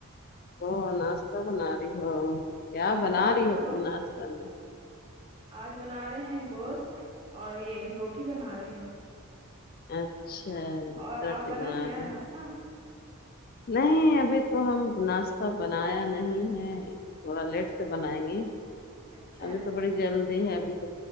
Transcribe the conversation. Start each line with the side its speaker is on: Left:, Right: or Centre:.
Left: ا ناشتہ بنا رہی ہو کیا
Right: آج
Left: بنا
Right: کل آپ
Left: رہی
Right: تو
Left: ہو تم
Right: بہت-
Left: ناشتہ میں
Right: آج بنا رہے ہیں گوشت اور یہ روٹی بنا رہے ہیں
Left: اچھا
Right: اور
Left: روٹی
Right: آپ بنا لیا
Left: رہی
Right: ہے
Left: ہو
Right: ناشتہ
Left: نہیں ابھی تو ہم ناشتہ بنایا نہیں ہے تھوڑا لیٹ سے بنائیں گے
Right: اچھا
Left: ابھی تو بڑی جلدی ہے ابھی تو